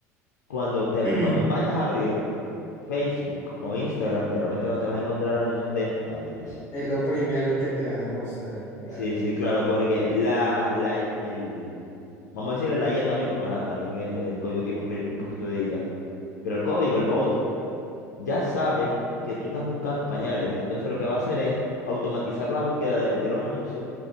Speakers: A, on the left; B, on the left.
A: Cuando te,
B: <clears throat>
A: cuando vayas a abrir Facebook o Instagram, de repente vas- te vas a encontrar anuncios de pañales.
B: Es lo primero que te van a mostrar, claro.
A: Sí, sí, claro, porque la, la, el, vamos a decirle la IA también, porque ajá, también es- el código tiene un, pe- un poquito de IA. Pero el código, el bot, ya sabe que tú estás buscando pañales. Entonces lo que va a hacer es automatizar la búsqueda de, de los anuncios